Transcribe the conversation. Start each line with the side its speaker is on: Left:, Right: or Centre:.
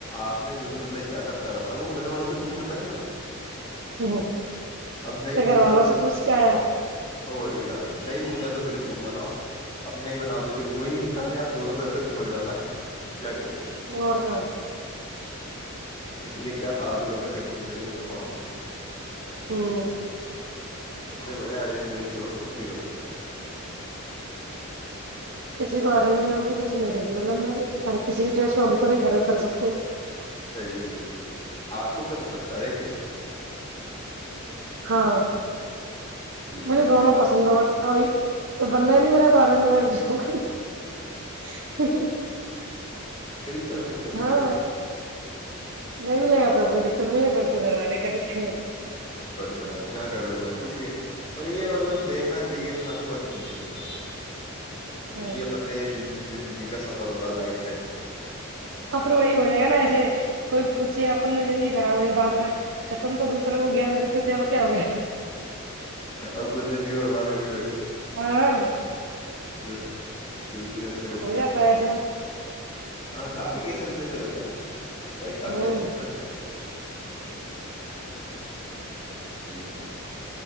Left: آپ نے جو بھی مطلب اسٹارٹ اپ کرا تھا وہ گھر والوں سے پوچھا تھا کیا
Right: ہ
Left: اب نہیں
Right: ا
Left: پوچھا
Right: گھر والوں
Left: تو
Right: سے پوچھ کے آیا
Left: اور کیا نہیں پوچھا تو پھر ان کو مناؤ اب نہیں مناؤ تو پھر وہی انسان یاار دونوں طرح سے مر جاتا کیا کرے <unintelligible>
Right: اور کا
Left: اس لیے کیا فالتو لفڑے کرنے ن چاہے میں تو مانتا ہوں میں
Right: ہوں
Left: سب سے بڑھیا ارینج میرج کرو سکھی رہو
Right: کسی کوای مار پسند ہے کیسی گلہ ماری ار کسی بھی چوائس میں ہم تو نہیں گھرے اتر سکتے
Left: صحیح ہے صحیح ہے آپ کو کیا پسند ہے ارینجمری
Right: ہاں مجھے
Left: جی
Right: دونوں
Left: اب
Right: پسند ہے بٹ ابھی کوئی بندہ ہی نہیں میرے تارے نہیں مے ج ہو گئی
Left: دکل لیں گا دقل
Right: ہاں نہیں ملے گا تو کوئی دقت نہیں ہے پر تو گھر والے کرے تھے
Left: کا جا کر د ما ٹھیک ہے پر یہ ہے مطلب دیکھنا چاہیے انسان کو ہر چیز سے وہ
Right: ہوں
Left: کیونک یہ پر کا یہ جن زندگی کا سفر ہوتا ہے لائف ٹائم کا
Right: ہاں پر وہی ہو جائے گا نا ایسے کوئی پوچھے اپن زندگی خراب ہو جائے بعد میں ختم تو دوسرے کو گان دیتے ہو تھےپ کیا ہو گیا
Left: اب کچھ زندگی برباد کر
Right: ہاں
Left: ج بالکل ایسا ہی ہوتا
Right: ہو جاتا
Left: ہے
Right: ایسا
Left: ہاں کافی کیسز میں صحی ہوتا ہے بھائی کافی
Right: ہوں
Left: اچھے پہ چلتے ہیں جی